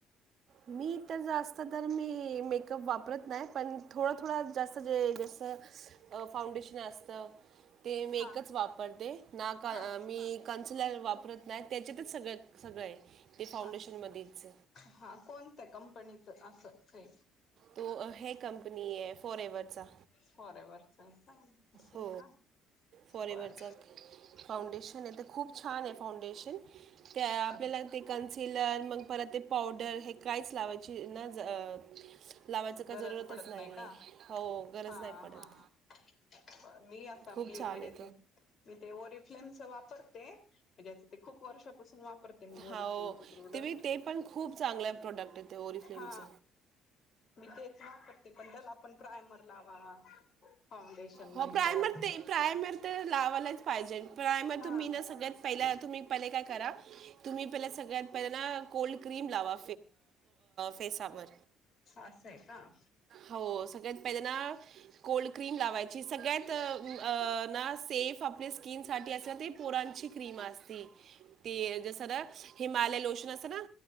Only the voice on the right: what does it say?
मी तर जास्त तर मी मेकअप वापरत नाही, पण थोडं थोडं जास्त जे जसं फाउंडेशन असतं ते मी
एकच वापरते ना का
मी कन्सलर वापरत नाही. त्याच्यातच सगळ सगळं आहे. ते फाउंडेशन
मधेच
तो हे कंपनी आहे फोरेवरचा
हो
फॉरेवरचा
फाउंडेशन आहे तर खूप छान आहे फाउंडेशन ते आपल्याला
ते कन्सिलर मग परत ते पावडर हे काहीच लावायचे अं लावायचं काय
जरूरतच
नाहीये
हो गरज
नाही पडत
खूप छान आहे
हो
ते ते पण खूप चांगल्या प्रोडक्ट येत ओरिफिच.
हो
प्रायमर ते प्रायमर तर लावायलाच पाहिजे. प्रायमर
तुम्ही ना सगळ्यात पहिला तुम्ही पहिल काय करा. तुम्ही पहिल सगळ्यात पहिल ना कोल्ड क्रीम लावा फेसावर.
हो सगळ्या पहिल्यांदा कोल्ड क्रीम लावायची. जी सगळ्यात ना सेफ आपले स्किनसाठी असत. ते पोरांची क्रीम असती. ते जस ना हिमालय लोशन असत ना.